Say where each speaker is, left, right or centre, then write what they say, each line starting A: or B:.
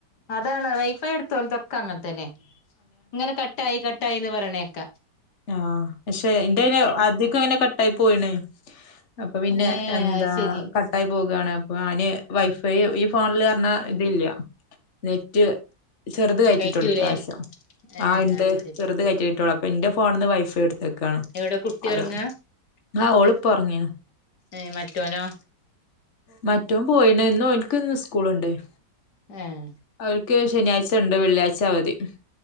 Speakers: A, on the left; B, on the left.
A: അതാണ് വൈഫൈ ഇട്ത്തോല തൊക്കങ്ങനെ തന്നെ ഇങ്ങനെ കട്ടായി കട്ടായി ന്ന് പറേണേ ക്ക
B: ആ പക്ഷേ ഇൻ്റയ്ന് അധികോം അങ്ങനെ കട്ടായി പോയ്ണെയ് അപ്പോ പിന്നെ
A: ഏഹ്
B: എന്താ
A: അത് ശരി
B: കട്ടായി പോകാണ് അപ്പൊ ആനി വൈഫൈ ഈ ഫോണില് റഞ്ഞാ ഇതില്ല നെറ്റ് ചെറ്ത് കയറ്റീട്ടൊള്ളു
A: കയറ്റൂലേ
B: ഇപ്രാവിശ്യം
A: ഏഹ്
B: ആ ഇണ്ട്
A: അത് ശരി
B: ചെറ്ത് കയറ്റീട്ടൊള്ളു അപ്പൊൻ്റെ ഫോ ഫോണ്ന്ന് വൈഫൈ ഇട്‌ത്തക്കാ ക്കാണ്
A: എവിടെ കുട്ടി
B: അതാണ്
A: ഉറങ്ങാ
B: ആ ഓള് പ്പൊ പ്പൊറങ്ങീണ്
A: ഏ മറ്റോനോ
B: മറ്റോൻ പോയിണ് ന്ന് ഓൽക്ക് ന്ന് സ്കൂള്ണ്ടെയ്
A: ഏഹ്
B: ഓര്ക്ക് ശെനിയാഴ്ചണ്ട് വെള്ളിയാഴ്ച ച അവധി